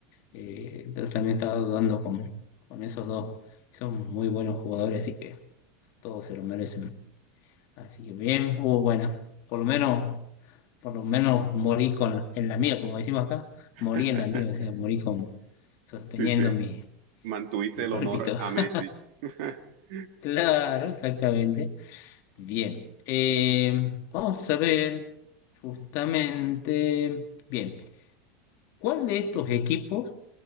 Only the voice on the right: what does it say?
<laughs>
Sí, sí.
Mantuviste
el
honor a
Messi. <laughs>